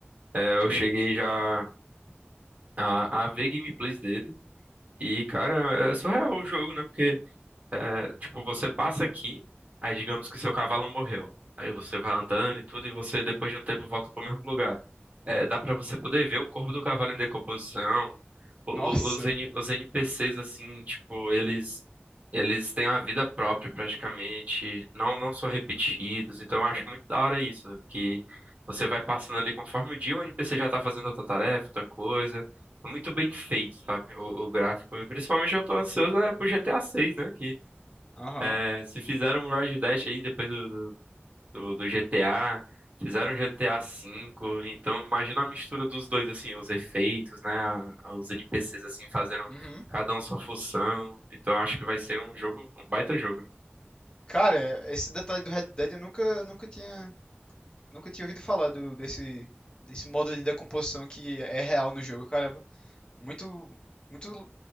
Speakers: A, on the right; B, on the left.
A: É, eu
B: sei.
A: cheguei já a, a ver gameplays dele. E, cara, é surreal o jogo, né? Porque É, tipo, você passa aqui, aí digamos que seu cavalo morreu. Aí você vai andando e tudo, e você depois de um tempo volta pro mesmo lugar. É, dá pra você poder ver o corpo do cavalo em decomposição, o- o-
B: Nossa.
A: os, N- os NPCs assim, tipo, eles eles têm a vida própria praticamente, não não são repetidos. Então eu acho muito da hora isso, que você vai passando ali conforme o dia, o NPC já tá fazendo outra tarefa, outra coisa. É muito bem feito, sabe? O, o gráfico. E Principalmente eu tô ansioso é pro GTA seis, né?
B: Aham.
A: É, Se fizeram um Road Dash aí depois do, do, do- do GTA, fizeram GTA V, então imagina a mistura dos dois, assim, os efeitos, né? a- a- os NPCs, assim, fazendo
B: Uhum.
A: cada um sua função. Então acho que vai ser um jogo, um baita jogo, né?
B: Cara, esse detalhe do Red Dead eu nunca, nunca tinha Nunca tinha ouvido falar do, desse, desse modo de decomposição que é real no jogo, caramba. Muito, muito.